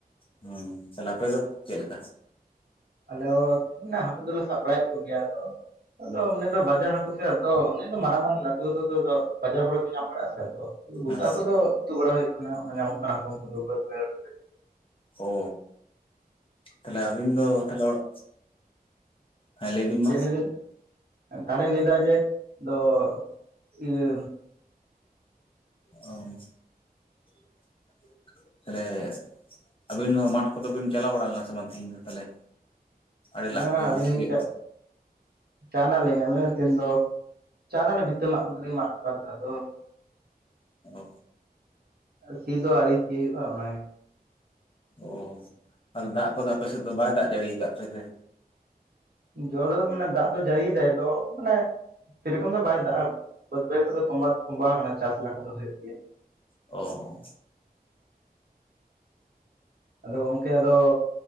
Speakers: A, on the left; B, on the right.
A: ᱦᱩᱸ ᱛᱟᱦᱞᱮ ᱟᱯᱮ ᱫᱚ ᱪᱮᱫ ᱞᱮᱠᱟ
B: ᱟᱞᱮ ᱦᱚᱸ ᱦᱟᱹᱠᱩ ᱫᱚᱞᱮ ᱥᱟᱵ ᱵᱟᱲᱟᱭᱮᱫ ᱠᱚᱜᱮᱭᱟ ᱟᱫᱚ ᱟᱫᱚ ᱩᱱᱤ ᱫᱚ ᱵᱟᱡᱟᱨ ᱦᱟᱹᱠᱩ ᱥᱮᱫᱚ ᱱ ᱟᱫᱚ ᱵᱟᱡᱟᱨ ᱦᱟᱹᱠᱩ ᱛᱮ ᱢᱟᱨᱟᱝ ᱢᱟᱨᱟᱝ ᱞᱟᱹᱴᱩ ᱟᱛᱮ ᱫᱚ ᱵᱟᱡᱟᱨ ᱠᱚᱨᱮ ᱠᱚ ᱧᱟᱢ ᱵᱟᱲᱟᱭ ᱟ ᱥᱮ ᱟᱫᱚ ᱵᱩᱥᱟᱹᱜ
A: ᱦᱮᱸ
B: ᱠᱚᱫᱚ ᱩᱛᱩ ᱵᱟᱲᱟ ᱦᱩᱭᱩᱜ ᱠᱟᱱᱟ ᱚᱱᱟ ᱧᱟᱢᱚᱜ ᱠᱟᱱᱟ ᱠᱚ ᱩᱱᱠᱩ ᱫᱚ ᱵᱟᱹᱭᱦᱟᱹᱲ ᱠᱚᱨᱮ ᱜᱮ᱾
A: ᱚ ᱛᱟᱦᱚᱞᱮ ᱟᱹᱵᱤᱱ ᱫᱚ ᱛᱟᱦᱚᱞᱮ ᱚᱲᱟᱜ ᱦᱮᱸ ᱞᱮᱹᱭ ᱵᱤᱱ
B: ᱪᱮᱫ
A: ᱢᱟ
B: ᱞᱟᱹᱭᱫᱟ ᱛᱟᱦᱚᱞᱮᱧ ᱞᱟᱹᱭᱫᱟ ᱡᱮ ᱫᱚ ᱤᱭᱟᱹ
A: ᱚ <inaudible> ᱛᱟᱦᱞᱮ ᱟᱹᱵᱤᱱ ᱦᱚᱸ ᱢᱟᱴᱷ ᱠᱚᱫᱚ ᱵᱤᱱ ᱪᱟᱞᱟᱣ ᱵᱟᱲᱟ ᱞᱮᱱᱟ ᱥᱮ ᱵᱟᱝ ᱛᱮᱦᱮᱧ ᱫᱚ ᱛᱟᱦᱚᱞᱮ ᱟᱲᱮ
B: ᱦᱮ
A: ᱞᱟᱜ ᱠᱚ
B: ᱟᱞᱤᱧ
A: ᱥᱤᱭᱳᱜ
B: ᱞᱤᱧ
A: ᱠᱚ
B: ᱪᱟᱞᱟᱣ ᱟᱞᱤᱝ ᱛᱤᱱ ᱫᱚ ᱪᱟ ᱞᱮᱱᱟᱞᱤᱧ ᱵᱷᱤᱛᱟᱹ ᱢᱟᱜ ᱠᱚᱫᱚᱞᱤᱧ ᱢᱟᱜ ᱦᱚᱴᱚ ᱠᱟᱫᱟ ᱫᱚ
A: ᱚ
B: ᱥᱤ ᱫᱚ ᱟᱨᱹᱣᱨᱤ ᱥᱤ ᱦᱩᱭᱩᱜᱼᱟ ᱚᱱᱟᱜᱮ
A: ᱚ ᱟᱫᱚ ᱫᱟᱜ ᱠᱚᱫᱚ ᱟᱯᱮ ᱥᱮᱫ ᱫᱚ ᱵᱟᱭ ᱫᱟᱜ ᱡᱟᱹᱲᱤᱠᱟᱣᱫ ᱯᱮ ᱛᱮ
B: ᱡᱚᱲᱚ ᱢᱟᱱᱮ ᱫᱟᱜ ᱫᱚ ᱡᱟᱹᱲᱤᱭ ᱫᱟᱭ ᱢᱟᱱᱮ ᱥᱮᱨᱚᱠᱚᱢ ᱫᱚ ᱵᱟᱭ ᱫᱟᱜ ᱫᱟ ᱵᱟᱹᱫ ᱵᱟᱹᱭᱦᱟᱹᱲ ᱠᱚ ᱛᱚᱸᱵᱟ ᱫᱚ ᱛᱚᱸᱵᱟ ᱟᱠᱟᱱᱟ ᱪᱟᱥ ᱞᱮᱠᱟ ᱫᱚ ᱦᱩᱭᱩᱜ ᱜᱮᱭᱟ
A: ᱚ
B: ᱟᱫᱚ ᱜᱚᱢᱠᱮ ᱟᱫᱚ